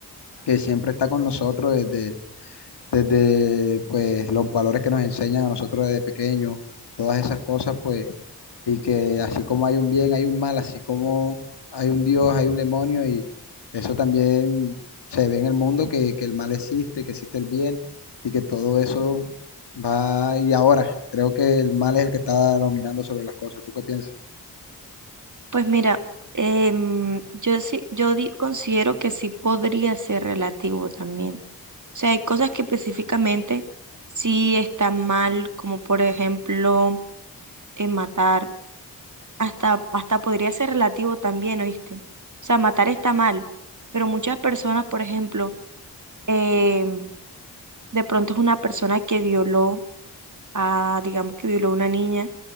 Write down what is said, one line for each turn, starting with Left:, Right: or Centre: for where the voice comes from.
Left: que siempre está con nosotros desde, desde pues, los valores que nos enseñan a nosotros desde pequeños, todas esas cosas, pues, y que así como hay un bien, hay un mal, así como hay un Dios, hay un demonio, y eso también se ve en el mundo, que, que el mal existe, que existe el bien, y que todo eso va, y ahora creo que el mal es el que está dominando sobre las cosas. ¿Tú qué piensas?
Right: Pues mira, em, yo sí, yo di- considero que sí podría ser relativo también. O sea, hay cosas que específicamente sí están mal, como por ejemplo, eh, matar. Hasta, hasta podría ser relativo también, ¿oíste? O sea, matar está mal, pero muchas personas, por ejemplo, em, de pronto es una persona que violó a, digamos que violó a una niña